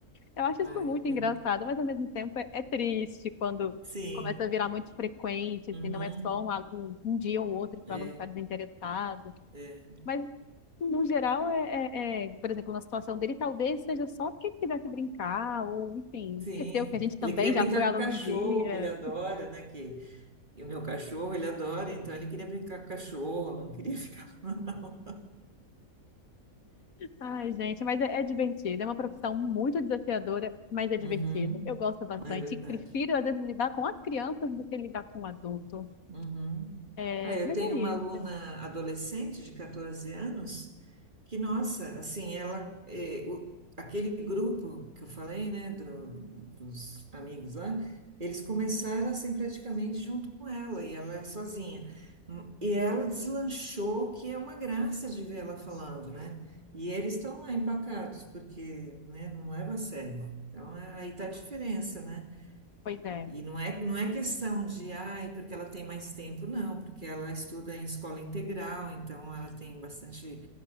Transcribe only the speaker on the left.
Eu acho isso
muito
engraçado, mas ao mesmo tempo é, é triste quando
começa a virar muito frequente,
assim, não é só um, aluno- um dia ou outro que
o aluno está desinteressado.
Mas, no geral, é, é- é, por exemplo, na situação dele, talvez seja só que ele quisesse brincar, ou, enfim,
esqueceu que a gente também
já foi aluno
um dia.
Ai, gente, mas é, é divertido. É uma profissão muito desafiadora, mas é divertido.
Eu gosto bastante.
e Prefiro, às vezes, lidar com as crianças do que lidar com o adulto.
É,
mas
é isso.
Pois é.